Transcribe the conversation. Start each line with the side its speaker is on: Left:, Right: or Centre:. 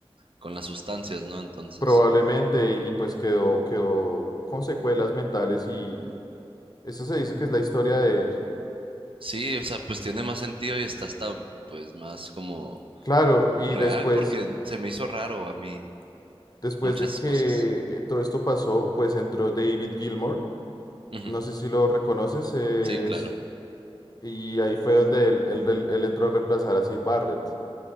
Right: con las sustancias, ¿no? Entonces,
Left: probablemente y, y pues quedó, quedó con secuelas mentales y eso se dice que es la historia de él.
Right: sí, o sea, pues tiene más sentido y está hasta, pues, más como
Left: Claro, y
Right: real
Left: después
Right: porque se me hizo raro a mí
Left: Después
Right: muchas
Left: de que
Right: cosas.
Left: eh, todo esto pasó, pues entró David Gilmour,
Right: Ujú,
Left: no sé si lo reconoces, es-
Right: Sí, claro.
Left: y ahí fue donde él, él- él- él entró a reemplazar a Sid Barrett.